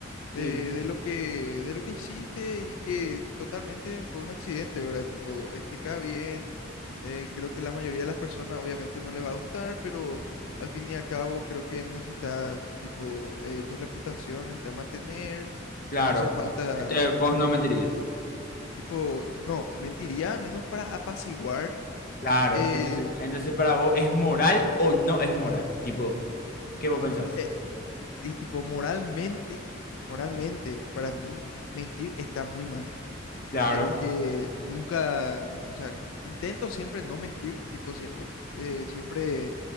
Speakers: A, on the left; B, on the left.
A: de,
B: Sí.
A: de lo que, de lo que hiciste y que totalmente fue un accidente, ¿verdad? Tipo, explica bien eh, creo que la mayoría de las personas obviamente no le va a gustar, pero al fin y al cabo creo que necesitas, tipo, eh, tu reputación necesitas mantener,
B: Claro.
A: no hace falta,
B: Entonces vos no mentirías.
A: tipo, no, mentiría, al menos para apaciguar,
B: Claro.
A: eh,
B: Entonces, entonces para vos, ¿es moral o no es moral? Tipo, ¿qué vos pensás?
A: eh, y tipo, moralmente, moralmente, para mí mentir está muy mal.
B: Claro.
A: Creo que nunca, o sea, intento siempre no mentir, tipo, si- o- eh, siempre